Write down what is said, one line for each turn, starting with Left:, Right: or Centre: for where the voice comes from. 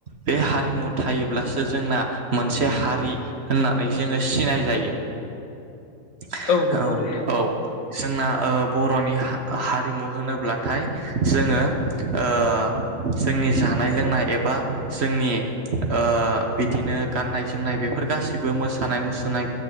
Right: बे हारिमु थायोब्लासो जोंना मोनसे हारि होननानै जोङो सिनाय जायो। औ
Left: औ नंगौ नोंथां
Right: औ जोंना ओ बर'नि हारिमु होनोब्लाथाय जोङो ओ जोंनि जानाय लोंनाय एबा जोंनि ओ बिदिनो गाननाय जोमनाय बे बेफोर गासैबो मोसानाय मुसुरनाय